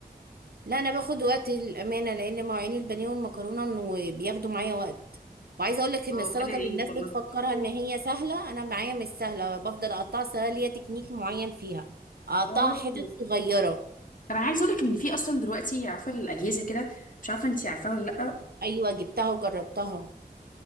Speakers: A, on the right; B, on the left.
A: لا انا باخد وقت الامانه لان مواعين البانيه والمكرونه انه بياخدوا معايا وقت وعايزه اقول لك ان
B: اه
A: السلطه
B: ربنا يعينك
A: اللي الناس
B: والله
A: بتفكرها ان هي سهله انا معايا مش سهله بفضل اقطعها سهله ليا تكنيك معين فيها اقطعها
B: اه
A: حتت صغيره
B: طب انا عايزه اقول لك ان في اصلا دلوقتي عارفه الاجهزه كده مش عارفه انت عارفاها ولا لا
A: ايوه جبتها وجربتها